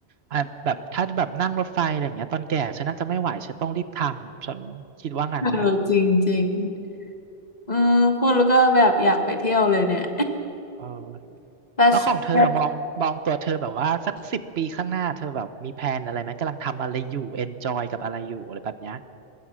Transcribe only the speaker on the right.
อ่ะแบบถ้าแบบนั่งรถไฟอะไรอย่างเงี้ยตอนแก่ฉันน่าจะไม่ไหวฉันต้องรีบทำฉันคิดว่างั้นนะ
เออ
แล้วของเธออะมองมองตัวเธอแบบว่าสักสิบปีข้างหน้าเธอแบบมีแพลนอะไรไหมกำลังทำอะไรอยู่เอนจอยกับอะไรอยู่อะไรแบบเนี้ย